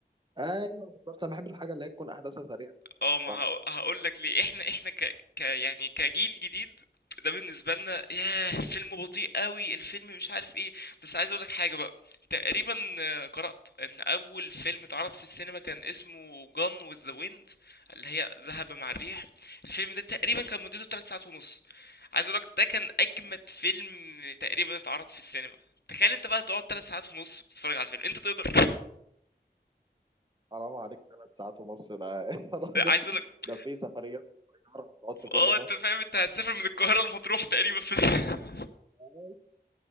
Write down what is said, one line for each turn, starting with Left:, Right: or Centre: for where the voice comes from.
Right: ايوه بالظبط انا بحب الحاجه اللي هي تكون احداثها سريعه
Left: اه ما
Right: بصراحه
Left: هقول لك ليه احنا احنا ك... ك يعني كجيل جديد ده بالنسبه لنا ياه الفيلم بطيء قوي الفيلم مش عارف ايه بس عايز اقول لك حاجه بقى تقريبا آه، قرات ان اول فيلم اتعرض في السينما كان اسمه جون وذ ذا ويند اللي هي ذهب مع الريح الفيلم ده تقريبا كان مدته 3 ساعات ونص عايز اقول لك ده كان اجمد فيلم تقريبا اتعرض في السينما تخيل انت بقى تقعد 3 ساعات ونص بتتفرج على الفيلم انت تقدر <laughs>
Right: حرام عليك ثلاث ساعات ونص ده <laughs> يا راجل
Left: عايز اقول لك
Right: ده في سفريات صغيره وتقعد
Left: اه
Right: كل ده
Left: انت فاهم انت هتسافر من القاهره لمطروح تقريبا في <laughs>
Right: أيوه،